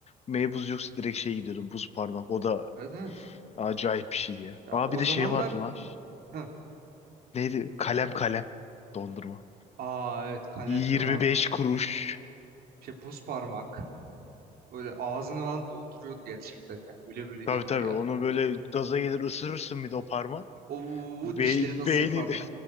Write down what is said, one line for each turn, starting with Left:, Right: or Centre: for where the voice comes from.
Left: meybuz yoksa direkt şey gidiyordum buz parmak. O da
Right: Evet evet.
Left: acayip bir şey diye.
Right: Ya
Left: Aa
Right: o
Left: bir de
Right: zamanlar
Left: şey vardı lan.
Right: Heh.
Left: Neydi? Kalem kalem dondurma.
Right: Aa evet kalem
Left: 25
Right: de vardı.
Left: kuruş.
Right: Şey buz parmak. Böyle ağzını falan dolduruyordu gerçekten ya. Öyle böyle
Left: Tabii
Right: değildi
Left: tabii
Right: ya.
Left: onu böyle gaza gelir ısırırsın bir de o parma.
Right: Oo,
Left: Be
Right: dişleri nasıl
Left: beynin
Right: yapardı?